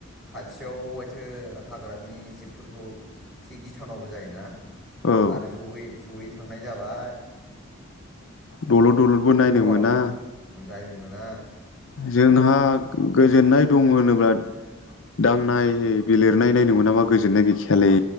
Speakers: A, in the centre; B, on the left.
A: खाथियाव हायथो हाग्रानि जिबफोरखौ एसे गिथावनाबो जायोना
B: औ
A: आरो जयै जयै थांनाय जाबाय
B: दलद दलदबो नायनो
A: गोबाव
B: मोना
A: दायनो मोना
B: जोंहा गोजोननाय दं होनोब्ला दांनाय बिलिरनाय नायनो मोनाबा गोजोननाय गैखायालै